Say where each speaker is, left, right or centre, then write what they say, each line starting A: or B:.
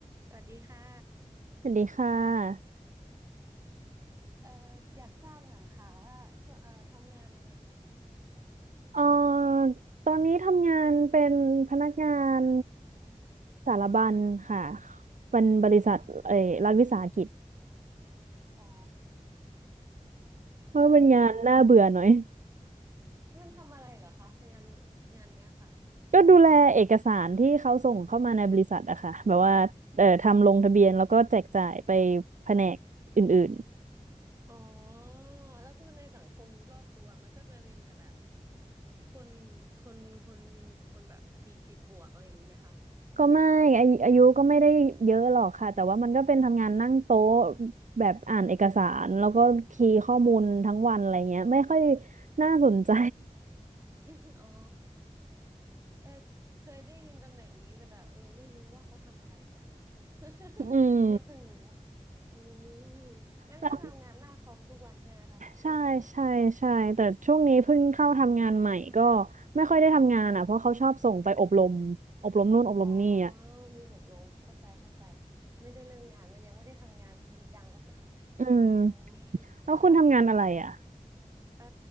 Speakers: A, on the right; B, on the right.
A: สวัสดีค่ะ
B: สวัสดีค่ะ
A: เอ่ออยากทราบหน่อยค่ะว่าช่วงเอ่อทำงานอะไรอยู่เหรอคะ
B: เอ่อตอนนี้ทำงานเป็นพนักงานสารบัญค่ะเป็นบริษัทเอ่อรัฐวิสาหกิจ
A: อืมอ๋อ
B: เพราะเป็นงานน่าเบื่อหน่อย
A: เอ่ออยากทราบมันทำอะไรเหรอคะงานงานเนี้ยค่ะ
B: ก็ดูแลเอกสารที่เขาส่งเข้ามาในบริษัทอะค่ะแบบว่าเอ่อทำลงทะเบียนแล้วก็แจกจ่ายไปแผนกอื่น
A: อ๋อ แล้วคือในสังคมรอบตัวมันก็จะเป็นแต่แบบคน คน คนคนแบบสี่สิบบวกอะไรอย่างนี้ไหมคะ
B: ๆก็ไม่อายุอายุก็ไม่ได้เยอะหรอกค่ะ แต่ว่ามันก็เป็นทำงานนั่งโต๊ะแบบอ่านเอกสารแล้วก็คีย์ข้อมูลทั้งวันอะไรเงี้ยไม่ค่อยน่าสนใจ
A: <laughs> อ๋อเออเคยได้ยินตำแหน่งนี้แต่แบบเออไม่รู้ว่าเขาทำอะไรกันอะ <laughs>
B: อืม
A: เนี่ยเพิ่งรู้อืมงั้นก็ทำงานหน้าคอมทุกวันใช่ไหมคะน่าจะเหมือนเหมือนกัน
B: แล้วใช่ใช่ใช่แต่ช่วงนี้เพิ่งเข้าทำงานใหม่ก็
A: อ๋อ
B: ไม่ค่อยได้ทำงานอ่ะเพราะเขาชอบส่งไปอบรมอบรมนู่นอบรมนี่อ่ะ
A: อ๋อมีอบรมเข้าใจเข้าใจ ไม่ได้เริ่มงานว่ายังไม่ได้ทำงานจริงจัง <laughs>
B: อืม
A: อืม
B: แล้วคุณทำงานอะไรอ่ะ
A: ค่ะเอ่อ